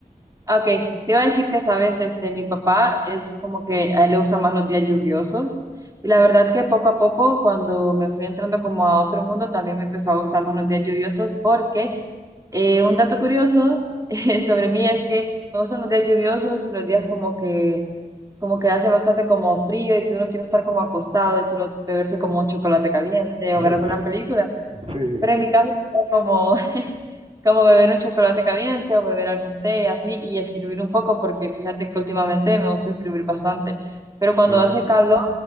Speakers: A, on the right; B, on the right.
A: Ok, te iba a decir que, sabes, este, mi papá es como que a él le gustan más los días lluviosos. Y la verdad que poco a poco, cuando me fui entrando como a otro mundo, también me empezó a gustar más los días lluviosos porque eh, un dato curioso <laughs> eh, sobre mí es que me gustan los días lluviosos y los días como que, como que hace bastante como frío y que uno quiere estar como acostado y solo beberse como un chocolate caliente
B: <laughs>
A: o ver alguna
B: Sí,
A: película.
B: sí,
A: Pero en mi caso, es como, <laughs> como beber un chocolate caliente o beber algún té y así, y escribir un poco, porque fíjate que últimamente me gusta escribir bastante. Pero cuando
B: qué bien.
A: hace calor,